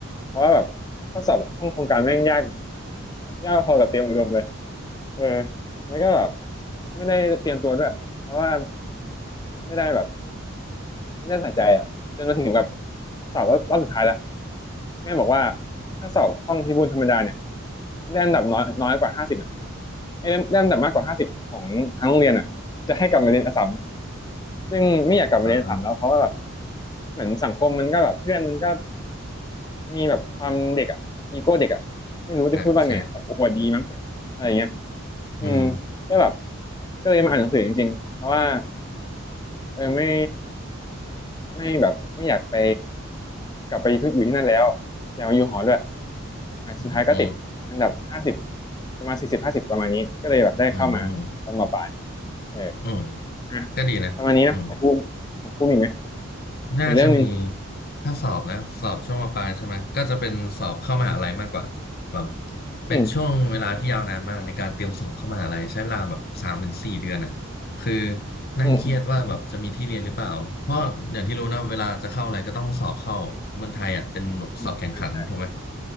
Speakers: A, on the left; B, on the left.
A: เพราะว่าแบบข้อสอบห้องโครงการแม่งยากยากพอกับเตรียมอุดมเลยเออแล้วก็แบบไม่ได้เตรียมตัวด้วยเพราะว่าไม่ได้แบบ ไม่น่าสนใจอ่ะจนมาถึงแบบสอบรอบรอบสุดท้ายแล้วแม่บอกว่าถ้าสอบห้องพิบูลธรรมดาเนี่ยได้อันดับน้อยน้อยกว่าห้าสิบอ่ะไอ้ยได้ได้อันดับมากกว่าห้าสิบของทั้งโรงเรียนอ่ะจะให้กลับมาเรียนอัสสัม
B: อืม
A: ซึ่งไม่อยากกลับมาเรียนอัสสัมแล้วเพราะว่าแบบ
B: อ่า
A: เหมือนสังคมมันก็แบบเพื่อนมันก็มีแบบความเด็กอ่ะอีโก้เด็กอ่ะไม่รู้จะพูดว่าไงอะแบบอวดดีมั้ง
B: อ่าใช่
A: อะไรเงี้ยอืมก็แบบ
B: อืม
A: ก็เลยมาอ่านหนังสือจริงๆเพราะว่าเออไม่ ไม่แบบไม่อยากไปกลับไปทุกอยู่ที่นั่นแล้วอยากมาอยู่หอด้วยอ่ะสุดท้ายก็ติดอันดับห้าสิบ
B: อืมอืม
A: ประมาณสี่สิบห้าสิบประมาณนี้ก็เลยแบบได้เข้ามาตอนมปลาย
B: อืม
A: เออ
B: อืม
A: อ่ะ
B: ก็ดีนะอืม
A: ประมาณนี้นะของพูดของพูดอีกไหม
B: น่าจะมี
A: อีกเรื่องหนึ่ง
B: ถ้าสอบนะสอบช่วงมปลายใช่ไหมก็จะเป็นสอบเข้ามหาลัยมากกว่าแบบเป็นช่วงเวลาที่ยาวนานมากในการเตรียมสอบเข้ามหาลัยใช้เวลาแบบสามถึงสี่เดือนอ่ะคือ
A: อืม
B: นั่งเครียดว่าแบบจะมีที่เรียนหรือเปล่าเพราะอย่างที่รู้นะเวลาจะเข้าอะไรก็ต้องสอบเข้าเมืองไทยอ่ะเป็นแบบสอบแข่งขันถูกไหม
A: อืมอืมอืมใช่ใช่